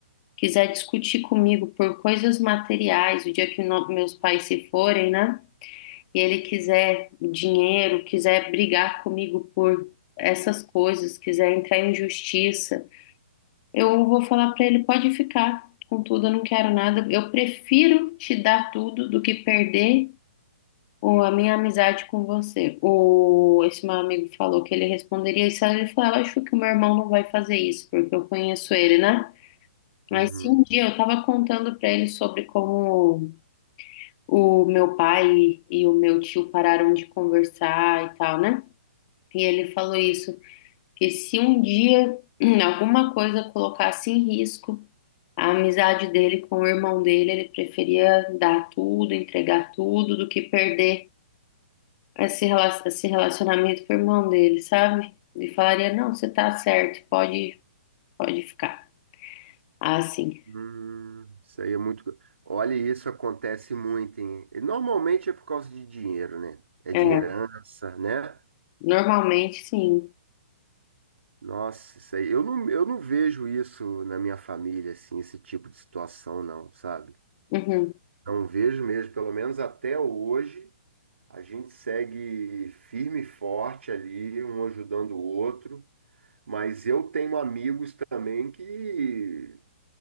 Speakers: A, on the left; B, on the right.
A: quiser discutir comigo por coisas materiais, o dia que no- meus pais se forem, né? e ele quiser dinheiro, quiser brigar comigo por essas coisas, quiser entrar em justiça, eu vou falar para ele: pode ficar com tudo, eu não quero nada. Eu prefiro te dar tudo do que perder o- a minha amizade com você. O, esse meu amigo falou que ele responderia isso. Aí ele falou: "Ah, acho que o meu irmão não vai fazer isso, porque eu conheço ele, né? Mas
B: Uhum.
A: se um dia eu estava contando para ele sobre como o meu pai e o meu tio pararam de conversar e tal, né? E ele falou isso, que se um dia <clears throat> hum, alguma coisa colocasse em risco a amizade dele com o irmão dele, ele preferia dar tudo, entregar tudo, do que perder esse rela- esse relacionamento com o irmão dele, sabe? Ele falaria, não, você tá certo, pode, pode ficar. Ah, sim.
B: Hum, isso aí é muito. co- Olha, isso acontece muito, hein? E Normalmente é por causa de dinheiro, né? É
A: É,
B: de herança, né?
A: normalmente sim.
B: Nossa, isso aí. Eu não, eu não vejo isso na minha família, assim, esse tipo de situação, não, sabe?
A: Uhum,
B: Não vejo mesmo, pelo menos até hoje. A gente segue firme e forte ali, um ajudando o outro, mas eu tenho amigos também que